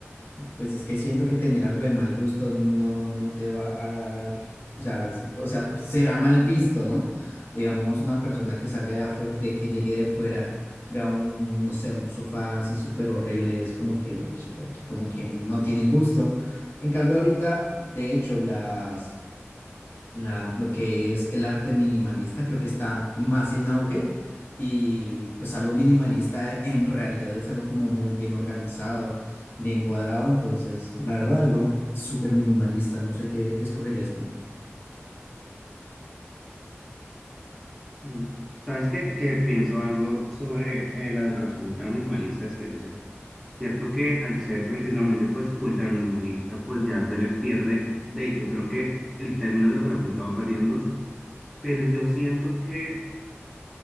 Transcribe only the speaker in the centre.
Mm. ¿Sabes qué? Que pienso algo sobre eh, la decoración ultra minimalista, es que no sé. Cierto que al ser precisamente pues ultra minimalista, pues ya se le pierde. De hecho, creo que el término decoración se va perdiendo, pero yo siento que,